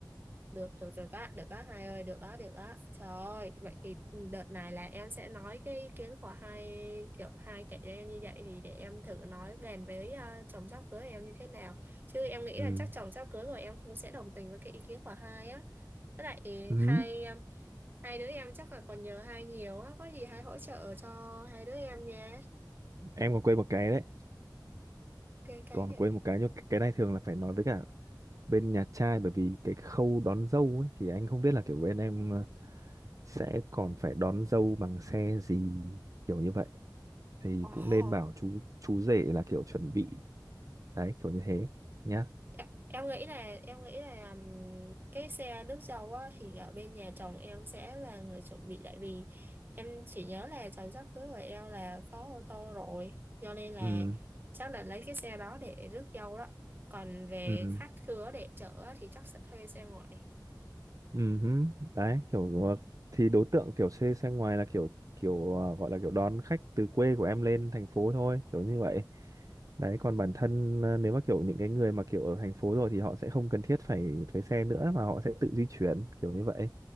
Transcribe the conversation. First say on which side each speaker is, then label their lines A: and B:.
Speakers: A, on the right; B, on the right.
A: Được, được rồi bác, được bác hai ơi, được đó, được đó. Trời ơi, vậy thì đợt này là em sẽ nói cái ý kiến của hai kiểu hai kẻ cho em như vậy thì để em thử nói bàn với ờ, chồng sắp cưới em như thế nào. Chứ em nghĩ
B: ừ.
A: là chắc chồng sắp cưới của em cũng sẽ đồng tình với cái ý kiến của hai á. Với lại
B: Ừ.
A: hai em- hai đứa em chắc là còn nhờ hai nhiều á, có gì hai hỗ trợ cho hai đứa em nha.
B: em còn quên một cái đấy
A: Cái cái
B: còn
A: gì?
B: quên một cái nhưng cái này thường là phải nói với cả bên nhà trai bởi vì cái khâu đón dâu ấy, thì anh không biết là kiểu bên em ờ, sẽ còn phải đón dâu bằng xe gì kiểu như vậy thì
A: Ồ.
B: cũng nên bảo chú chú rể là kiểu chuẩn bị đấy kiểu như thế nhá
A: em em nghĩ là em nghĩ là um, cái xe nước dầu á thì ở bên nhà chồng em sẽ là người chuẩn bị tại vì em chỉ nhớ là chồng sắp cưới của em là có ô tô rồi cho nên là
B: ừ
A: chắc là lấy cái xe đó để rước dâu đó còn về
B: ừ
A: khách khứa để chở á, thì chắc sẽ thuê xe ngoại
B: ừ hứ. đấy kiểu ờ, thì đối tượng kiểu xe xe ngoài là kiểu kiểu ờ, gọi là kiểu đón khách từ quê của em lên thành phố thôi kiểu như vậy đấy còn bản thân ờ, nếu mà kiểu những cái người mà kiểu ở thành phố rồi thì họ sẽ không cần thiết phải thuê xe nữa mà họ sẽ tự di chuyển kiểu như vậy